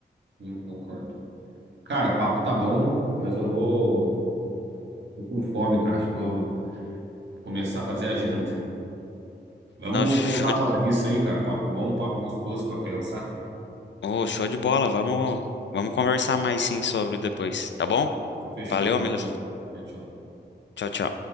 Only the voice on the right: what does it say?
Sim, concordo. Cara, o papo tá bom, mas eu vou. Tô com fome, cara. Acho que vou começar a fazer agenda. Vamos
voltar
a falar disso aí, cara. Papo bom, papo gostoso para pensar.
Então, fechou.
Tchau, tchau.